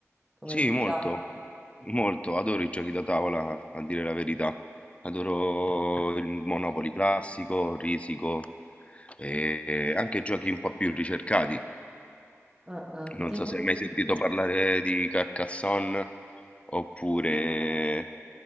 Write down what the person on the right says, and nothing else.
come
attività?
Eh, eh,
tipo